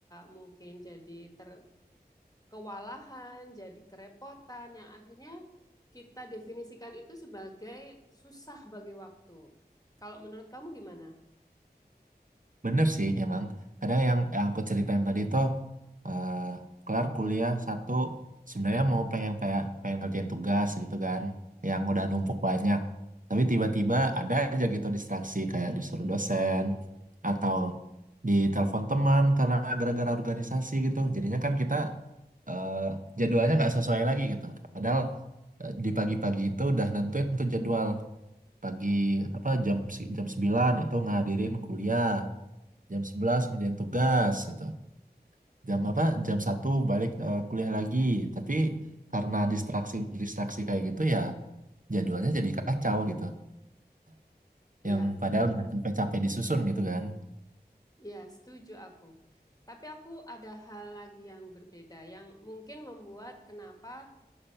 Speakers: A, on the left; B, on the right.
A: mungkin jadi ter kewalahan, jadi kerepotan yang akhirnya kita definisikan itu sebagai susah bagi waktu. Kalau menurut kamu gimana?
B: Bener sih emang. Kadang yang, yang aku ceritain tadi tuh eh, kelar kuliah satu sebenarnya mau pengen kayak pengen kerjain tugas gitu kan yang udah numpuk banyak. Tapi tiba-tiba ada aja gitu distraksi kayak disuruh dosen atau ditelepon teman karena gara-gara organisasi gitu. Jadinya kan kita eh, jadwalnya nggak sesuai lagi gitu. Padahal eh, di pagi-pagi itu udah nentuin tuh jadwal pagi apa jam se- jam 9 itu ngadirin kuliah jam 11 kemudian tugas gitu jam apa jam satu balik eh, kuliah lagi tapi karena distraksi distraksi kayak gitu ya jadwalnya jadi kacau gitu
A: Iya,
B: yang padahal udah capek-capek disusun gitu kan
A: Ya, setuju aku. Tapi aku ada hal lagi yang berbeda, yang mungkin membuat kenapa